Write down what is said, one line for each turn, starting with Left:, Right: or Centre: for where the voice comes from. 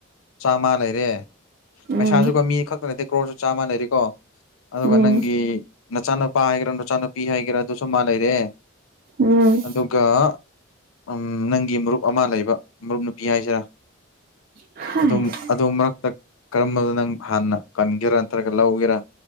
Left: ꯆꯥꯝꯃ ꯂꯩꯔꯦ ꯄꯩꯁꯥꯁꯨꯀꯣ
Right: ꯎꯝ
Left: ꯃꯤ ꯈꯛꯇ ꯅꯠꯇꯦ ꯀ꯭ꯔꯣꯔꯁꯨ ꯆꯥꯝꯃꯥ ꯂꯩꯔꯤꯀꯣ ꯑꯗꯨꯒ
Right: ꯎꯝ
Left: ꯅꯪꯒꯤ ꯅꯆꯥꯅꯨꯄ ꯍꯥꯏꯒꯦꯔ ꯅꯨꯆꯥꯅꯨꯄꯤ ꯍꯥꯏꯒꯦꯔꯥ ꯑꯗꯨꯁꯨ ꯑꯃ ꯂꯩꯔꯦ
Right: ꯎꯝ
Left: ꯑꯗꯨꯒ ꯎꯝ ꯅꯪꯒꯤ ꯃꯔꯨꯞ ꯑꯃ ꯂꯩꯕ ꯃꯔꯨꯞ ꯅꯨꯄꯤ ꯍꯥꯏꯁꯤꯔꯥ
Right: ꯍꯥꯏꯁ
Left: ꯑꯗꯨꯝ ꯑꯗꯨꯝ ꯃꯔꯛꯇ ꯀꯔꯝꯕꯗ ꯅꯪ ꯍꯥꯟꯅ ꯀꯟꯒꯦꯔꯥ ꯅꯠꯇ꯭ꯔꯒ ꯂꯧꯒꯦꯔꯥ